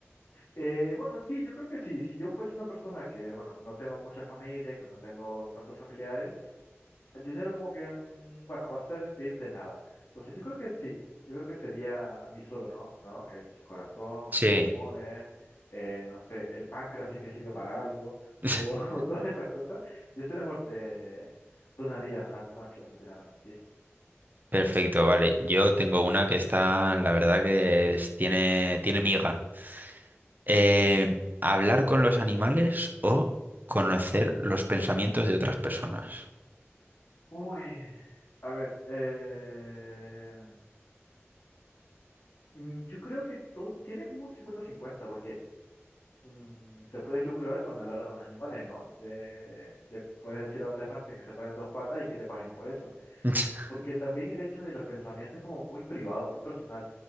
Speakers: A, on the left (about 70°); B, on the right (about 40°).
A: Eh, bueno, sí, yo creo que sí. Si yo fuese una persona que, bueno, no tengo mucha familia y pues no tengo tantos familiares, el dinero como que, mm, bueno, va a ser de ir de nada. Entonces yo creo que sí, yo creo que sería mi solo, ¿no? ¿No? El, el corazón,
B: Sí.
A: los pulmones, eh, no sé, el páncreas si es que sirve para algo,
B: <laughs>
A: o, <laughs> o todas esas cosas. Yo se las or- eh, donaría a las personas que lo necesiten, la verdad, sí.
B: Perfecto, vale. Yo tengo una que está, la verdad que es- tiene, tiene miga. Eh, ¿hablar con los animales o conocer los pensamientos de otras personas?
A: Uy, a ver, eh, mm, yo creo que todo tiene como un cincuenta cincuenta porque... mm, te puedes lucrar con hablar con los animales, ¿no? De- le puedes decir a un elefante que se paren dos patas y que te paguen por eso.
B: <laughs>
A: Porque también el hecho de los pensamientos es como muy privado, muy personal.